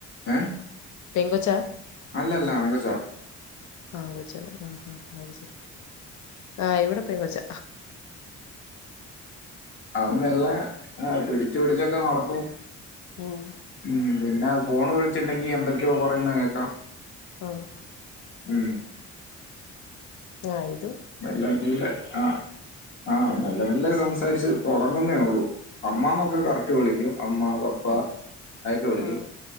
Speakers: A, on the left; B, on the left.
A: ഏ
B: പെങ്കൊച്ചാ
A: അല്ലല്ല ആങ്കൊച്ച
B: ആങ്കൊച്ചാ ആഹ് അത് ശെരി ആഹ് ഇവിടെ പെങ്കൊച്ച
A: അവൻ മെല്ലെ ആഹ് പിടി പിടിച്ചൊക്കെ നടക്കും
B: ഉം
A: ഉം പിന്നെ ഫോൺ വച്ചുണ്ടെങ്കി എന്തൊക്കെയോ പറയുന്നത് കേൾക്കാം
B: ആഹ്
A: ഉം
B: ആയി
A: നല്ല നല്ല ആ ആ നല്ല നല്ല സം സംസാരിച്ച് തുടങ്ങുന്നേ ഒള്ളൂ അമ്മമന്നൊക്കെ
B: ആഹ്
A: കററ്റ് വിളിക്കും അമ്മാ പപ്പാ അയക്കെ വിളിക്കും
B: ആഹ്